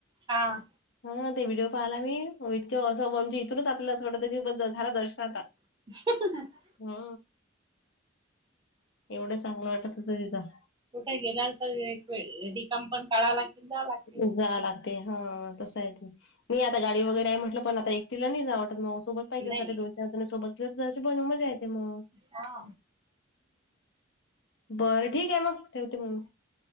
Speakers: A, on the right; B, on the left.
A: हा.
B: हा. ते व्हिडिओ पाहायला मी इतकं असं म्हणजे इथूनच आपल्याला असं वाटत की ब झाला दर्शन आता.
A: <inaudible>
B: हा एवढं चांगलं वाटत होत तिथं.
A: कुठे गेल्या तर रिकम पण काढवा लागतील जाव लाग.
B: <inaudible> लागते हा तस आहेे ते. मी आता गाडी वगैरे आहे म्हटलं पणता एकटीला नाही जावटत म माझ सोबत. पाहिजे
A: नाही
B: सा दोन चार जण सोबत अस तर जशीण मजा ये म्हणून.
A: अच्छा.
B: बरं ठीक आहे मग ठेवते मग